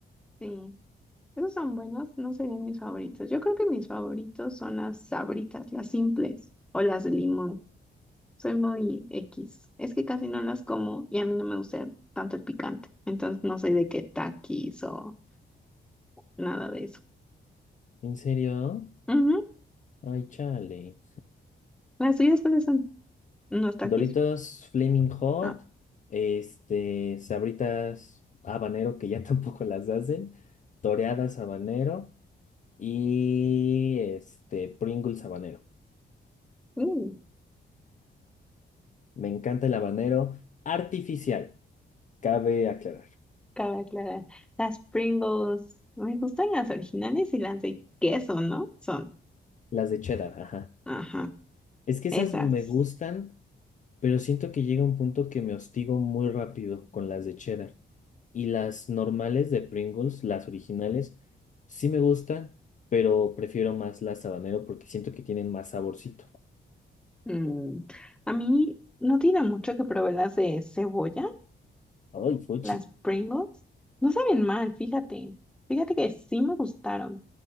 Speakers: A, in the centre; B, on the left.
A: Sí, esos son buenos, no serían mis favoritos. Yo creo que mis favoritos son las sabritas, las simples o las de limón. Soy muy X. Es que casi no las como y a mí no me gusta tanto el picante. Entonces no soy de que taquis o nada de eso.
B: ¿En serio?
A: Ujú.
B: Ay, chale.
A: ¿Las tuyas cuáles son? ¿Unos taquis?
B: Doritos Flaming Hot,
A: Ah.
B: este, Sabritas habanero que ya <laughs> tampoco las hacen, toreadas habanero. y este Pringles habanero.
A: Uh,
B: Me encanta el habanero artificial, cabe aclarar.
A: cabe aclarar. Las Pringles. Me gustan las originales y las de queso, ¿no? Son.
B: Las de cheddar, ajá.
A: Ajá.
B: Es que esas
A: Esas.
B: me gustan, pero siento que llega un punto que me hostigo muy rápido con las de cheddar. Y las normales de Pringles, las originales, sí me gustan, pero prefiero más las habanero porque siento que tienen más saborcito.
A: Mm, A mí no tiene mucho que probé las de cebolla,
B: ¡Ay, fuchi!
A: las Pringles. No saben mal, fíjate. Fíjate que sí me gustaron.